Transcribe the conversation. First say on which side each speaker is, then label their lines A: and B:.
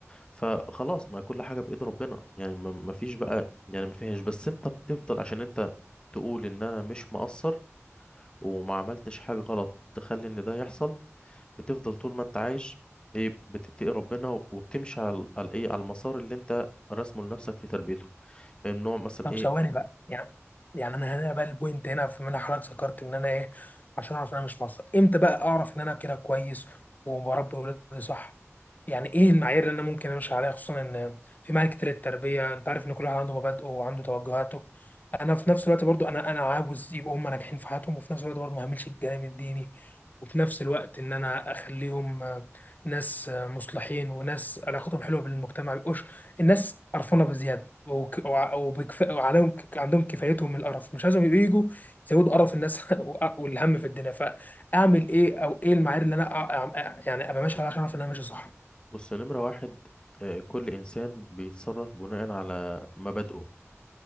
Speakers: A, on the left; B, on the left.
A: فخلاص ما كل حاجة بإيد ربنا يعني ما ما فيش بقى يعني ما فيهاش بس أنت بتفضل عشان أنت تقول إن أنا مش مقصر وما عملتش حاجة غلط تخلي إن ده يحصل بتفضل طول ما أنت عايش إيه بتتقي ربنا وبتمشي على على إيه على المسار اللي أنت راسمه لنفسك في تربيته من نوع مثلا
B: طب
A: إيه
B: ثواني بقى يعني يعني انا هنا بقى البوينت هنا في منها حضرتك ذكرت ان انا ايه عشان اعرف ان انا مش مصري امتى بقى اعرف ان انا كده كويس وبربي ولادي صح يعني ايه المعايير اللي انا ممكن امشي عليها خصوصا ان في معايير كتير للتربيه انت عارف ان كل واحد عنده مبادئه وعنده توجهاته انا في نفس الوقت برضو انا انا عاوز يبقوا هم ناجحين في حياتهم وفي نفس الوقت برضو ما اهملش الجانب الديني وفي نفس الوقت ان انا اخليهم آه، ناس آه، مصلحين وناس علاقتهم حلوه بالمجتمع ما يبقوش الناس قرفانه بزياده وك- وع- وبكف... وعليهم ك- عندهم كفايتهم من القرف مش عايزهم يبقوا يجوا يزودوا قرف الناس <laughs> وأ- والهم في الدنيا فاعمل ايه او ايه المعايير اللي انا أ- أ- يعني ابقى ماشي عليها عشان اعرف ان انا ماشي صح
A: بص نمرة واحد آه، كل إنسان بيتصرف بناء على مبادئه